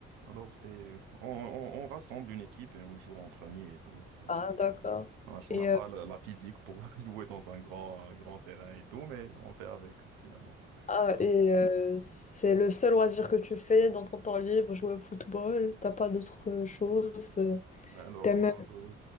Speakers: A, on the right; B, on the left.
A: alors c'est... On, on- on rassemble une équipe et on joue entre amis et tout. C'est,
B: Ah, d'accord.
A: Ah,
B: Et,
A: on n'a pas
B: euh,
A: la, la physique pour <laughs> jouer dans un grand, euh, grand terrain et tout, mais on fait avec finalement.
B: ah,
A: Bon.
B: et euh, c'est le seul loisir que tu fais dans ton temps libre, jouer au football. T'as pas d'autres choses. euh,
A: Alors,
B: T'aimes.
A: euh,